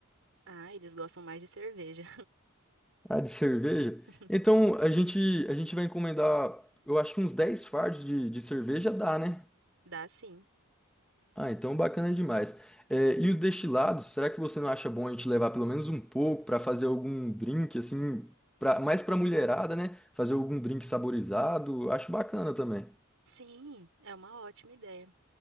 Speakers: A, on the right; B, in the centre.
A: Ah, eles gostam mais de cerveja.
B: Ah, de cerveja?
A: <laughs>
B: Então, a gente, a gente vai encomendar, eu acho que uns 10 fardos de, de cerveja dá, né?
A: Dá sim.
B: Ah, então bacana demais. É, e os destilados, será que você não acha bom a gente levar pelo menos um pouco para fazer algum drink, assim, pra, mais para mulherada, né? Fazer algum drink saborizado, acho bacana também.
A: Sim, é uma ótima ideia.